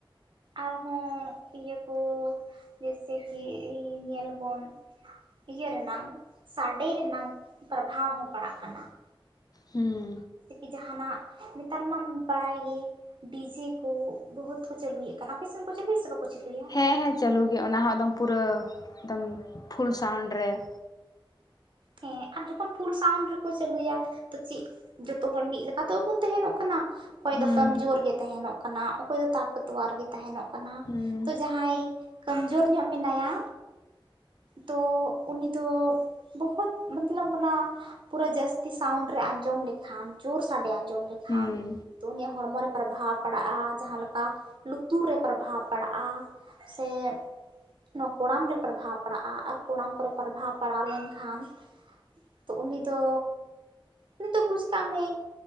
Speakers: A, on the right; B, on the left.
A: ᱟᱨᱦᱚᱸ ᱤᱭᱟᱹ ᱠᱚ ᱡᱮᱭᱥᱮ ᱠᱤ ᱧᱮᱞ ᱵᱚᱱ ᱤᱭᱟᱹ ᱨᱮᱱᱟᱝ ᱥᱟᱰᱮ ᱨᱮᱱᱟᱝ ᱯᱚᱨᱵᱷᱟᱣ ᱦᱚᱸ ᱯᱟᱲᱟᱜ ᱠᱟᱱᱟ ᱾
B: ᱦᱮᱸ
A: ᱡᱮᱭᱥᱮ ᱠᱤ ᱡᱟᱦᱟᱱᱟᱜ ᱱᱮᱛᱟᱨ ᱢᱟᱢ ᱵᱟᱲᱟᱭ ᱜᱮ ᱰᱤᱡᱮ ᱠᱚ ᱵᱚᱦᱩᱛ ᱠᱚ ᱪᱟᱹᱞᱩᱭᱮᱫ ᱠᱟᱱᱟ ᱟᱯᱮᱥᱮᱱ ᱠᱚ ᱪᱟᱹᱞᱩᱭᱟ ᱥᱮ ᱵᱟᱠᱚ ᱪᱟᱹᱞᱩᱭᱟ?
B: ᱦᱮᱸ ᱦᱮᱸ ᱪᱟᱹᱞᱩ ᱜᱮ ᱚᱱᱟ ᱦᱚᱸ ᱮᱠᱫᱚᱢ ᱯᱩᱨᱟᱹ ᱮᱠᱫᱚᱢ ᱯᱷᱩᱞ ᱥᱟᱣᱩᱱᱰ ᱨᱮ ᱾
A: ᱦᱮᱸ ᱟᱨ ᱡᱚᱠᱷᱚᱱ ᱯᱷᱩᱞ ᱥᱟᱣᱩᱱᱰ ᱨᱮᱠᱚ ᱪᱟᱹᱞᱩᱭᱟ ᱛᱚ ᱪᱮᱫ ᱡᱚᱛᱚ ᱦᱚᱲ ᱢᱤᱫ ᱞᱮᱠᱟᱛᱚ ᱵᱟᱵᱚᱱ ᱛᱟᱦᱮᱱᱚᱜ ᱠᱟᱱᱟ ᱾ ᱚᱠᱚᱭ
B: ᱦᱩᱸ
A: ᱫᱚ ᱠᱚᱢ ᱡᱳᱨ ᱜᱮ ᱛᱟᱦᱮᱱᱚᱜ ᱠᱟᱱᱟ ᱚᱠᱚᱭ ᱫᱚ ᱛᱟᱠ ᱛᱣᱟᱨ ᱜᱮ ᱛᱟᱦᱮᱱᱚᱜ ᱠᱟᱱᱟ
B: ᱦᱩᱸ
A: ᱛᱚ ᱡᱟᱸᱦᱟᱭ ᱠᱟᱢᱡᱳᱨ ᱧᱚᱜ ᱢᱮᱱᱟᱭᱟ ᱛᱚ ᱩᱱᱤᱫᱚ ᱵᱚᱦᱩᱛ ᱢᱚᱛᱞᱚᱵ ᱚᱱᱟ ᱯᱩᱨᱟᱹ ᱡᱟᱹᱥᱛᱤ ᱥᱟᱣᱩᱱᱰ ᱨᱮ ᱟᱸᱡᱚᱢ ᱞᱮᱠᱷᱟᱱ ᱡᱳᱨ ᱥᱟᱰᱮ ᱟᱸ ᱡᱚᱢ ᱞᱮᱠᱷᱟᱱ
B: ᱦᱩᱸ
A: ᱛᱚ ᱩᱱᱤᱭᱟᱜ ᱦᱚᱲᱢᱚ ᱨᱮ ᱯᱨᱟᱵᱷᱟᱵᱽ ᱯᱟᱲᱟᱜ-ᱟ ᱡᱟᱦᱟᱸ ᱞᱮᱠᱟ ᱞᱩᱛᱩᱨ ᱨᱮ ᱯᱨᱟᱵᱷᱟᱵᱽ ᱯᱟᱲᱟᱜ-ᱟ, ᱥᱮ ᱚᱱᱟ ᱠᱚᱲᱟᱢ ᱨᱮ ᱯᱟᱨᱵᱷᱟᱣ ᱯᱟᱲᱟᱜ-ᱟ ᱟᱨ ᱠᱚᱲᱟᱢ ᱠᱚᱨᱮ ᱯᱟᱨᱵᱷᱟᱣ ᱯᱟᱲᱟᱣ ᱞᱮᱱ ᱠᱷᱟᱱ ᱛᱚ ᱩᱱᱤ ᱫᱚ ᱩᱱᱤ ᱫᱚ ᱵᱩᱡᱽ ᱠᱟᱜ ᱢᱮ